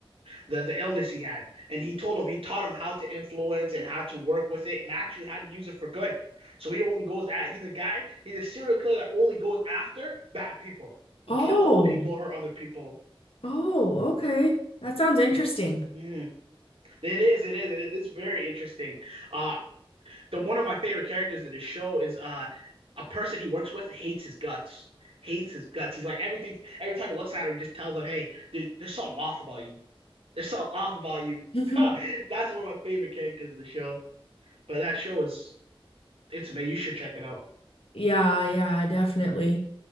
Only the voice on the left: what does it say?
Oh.
Oh, okay. That sounds interesting.
<laughs>
Yeah, yeah, definitely.